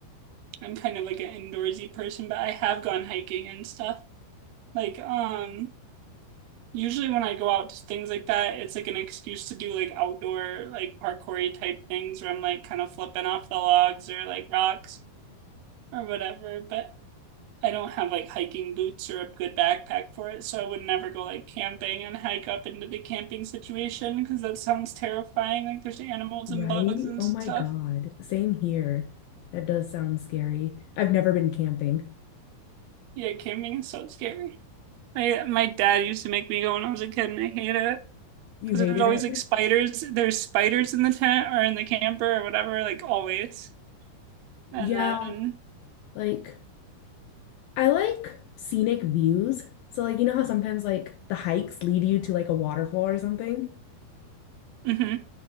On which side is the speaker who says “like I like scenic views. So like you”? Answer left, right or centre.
Left